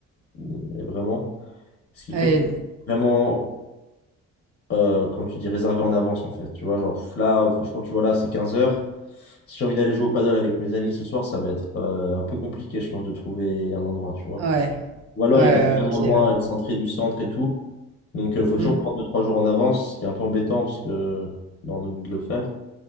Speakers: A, on the left; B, on the right.
A: euh, Et vraiment. Ce qui
B: ouais,
A: fait que vraiment euh, comment tu dis, réservé en avance en fait. Tu vois, genre pff, là, franchement, tu vois, là, c'est 15 heures. Si j'ai envie d'aller jouer au paddle avec mes amis ce soir, ça va être euh, un peu compliqué, je pense, de trouver un endroit, tu vois.
B: ouais,
A: Ou alors,
B: ouais,
A: il va être vraiment
B: ok,
A: loin,
B: ouais.
A: excentré du centre et tout. Donc, il faut toujours
B: Hmm,
A: prendre deux, trois jours en avance, ce qui est un peu embêtant parce que bah, on oublie de le faire.